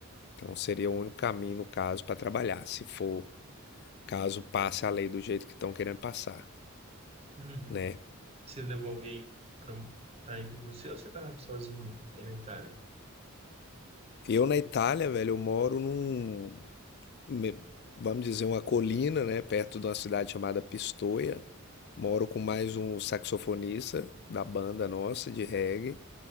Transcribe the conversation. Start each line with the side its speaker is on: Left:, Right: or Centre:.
Left: Então seria o único caminho, no caso, para trabalhar, se for caso passe a lei do jeito que estão querendo passar,
Right: Uhum.
Left: né?
Right: Você levou alguém para estar aí com você ou você tá sozinho aí na Itália?
Left: Eu na Itália, velho, eu moro num, me- vamos dizer, uma colina, né, perto de uma cidade chamada Pistoia. Moro com mais um saxofonista da banda nossa de reggae